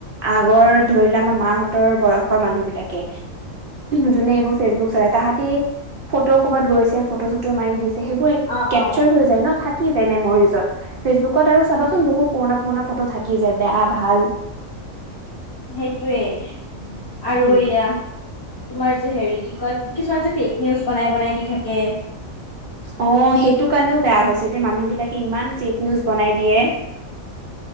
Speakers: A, on the right (about 55°); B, on the left (about 20°).
A: আগৰ
B: উম
A: ধৰিলা আমাৰ মাহতৰ বয়সৰ মানুহ বিলাকে যোনে এইবোৰ ফেচবুক চলায় তাহাঁতে ফটো কৰবাত গৈছে ফটো চটো মাৰি দিছে। সেইবোৰ
B: অ
A: কেপচাৰ
B: অ।
A: হৈ যায় ন' থাক থাকি যায় মেমৰিজত ফেচবুকত আৰু চাবাচোন বহুত পুৰণা-পুৰণা ফটো থাকি যায়। বেয়া ভাল।
B: সেইটোৱে, আৰু
A: উম,
B: এয়া তোমাৰ যে হেৰি কি কয়? কিছুমান যে ফেক নিউজ বনাই-বনাই দি থাকে।
A: অ, সেইটো কাৰণেও বেয়া হৈছে যে মানুহ বিলাকে ইমান ফেক নিউজ বনাই দিয়ে।